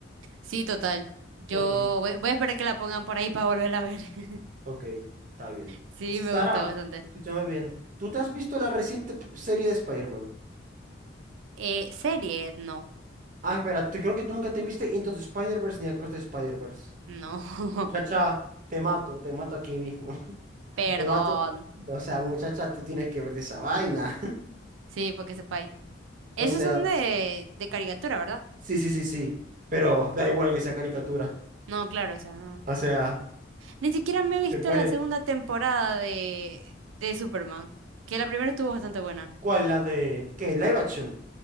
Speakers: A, on the right; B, on the right.
A: Sí, total. Yo
B: Ok.
A: voy, voy a esperar que la pongan por ahí para volverla a ver. <laughs>
B: Ok, está bien.
A: Sí,
B: Sara,
A: me gustó bastante.
B: escúchame bien. ¿Tú te has visto la reciente p- serie de Spider-Man?
A: Eh, serie, no,
B: Ah, espera, tú- creo que tú nunca te viste Into the Spider-Verse ni Across the Spider-Verse.
A: no,
B: Muchacha,
A: <laughs>
B: te mato, te mato aquí mismo. <laughs>
A: perdón.
B: Te mato. O sea, muchacha, tú tienes que ver de esa vaina. <laughs>
A: Sí, porque sepa ahí. Esos
B: O sea,
A: son de, de caricatura, ¿verdad?
B: sí, sí, sí, sí. Pero da igual que sea caricatura.
A: No, claro, o sea, no.
B: O sea,
A: Ni siquiera me he visto
B: se mueren.
A: la segunda temporada de, de Superman, que la primera estuvo bastante buena.
B: ¿Cuál? ¿La de qué? ¿Live action?